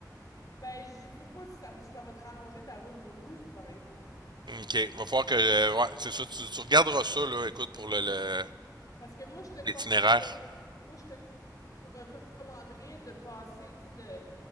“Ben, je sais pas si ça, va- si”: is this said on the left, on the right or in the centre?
Left